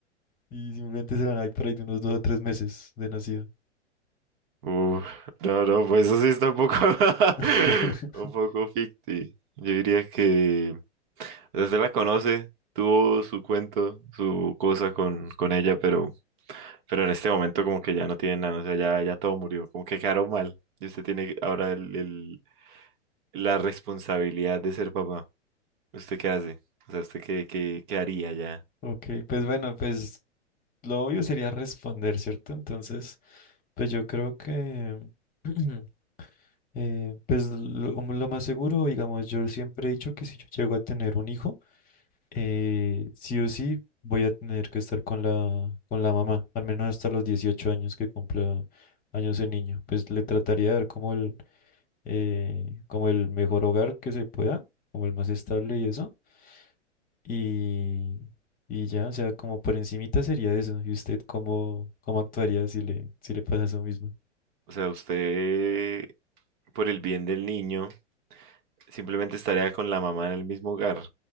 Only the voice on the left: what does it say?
Y simplemente se van a ir por ahí de unos dos o tres meses de nacido.
<laughs>
Ok, pues bueno, pues lo obvio sería responder, ¿cierto? Entonces, pues yo creo que, <clears throat> eh, pues lo, lo más seguro, digamos, yo siempre he dicho que si yo llego a tener un hijo, eh, sí o sí voy a tener que estar con la, con la mamá, al menos hasta los 18 años que cumpla años de niño. Pues le trataría de dar como el, eh, como el mejor hogar que se pueda, como el más estable y eso. Y, y ya, o sea, como por encimita sería eso. ¿Y usted cómo, cómo actuaría si le, si le pasa eso mismo?